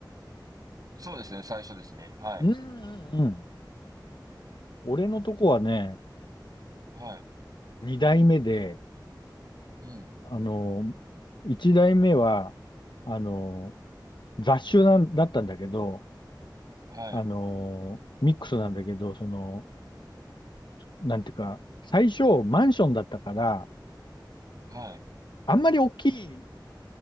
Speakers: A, on the right; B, on the left.
A: そうですね、最初ですね。はい。
B: うんうんうん。俺のとこはね、
A: はい。
B: 二代目で、
A: うん。
B: あの、一代目は、あの、雑種なんだったんだけど、
A: はい。
B: あの、ミックスなんだけど、その、なんていうか、最初マンションだったから、
A: はい。
B: あんまり大きい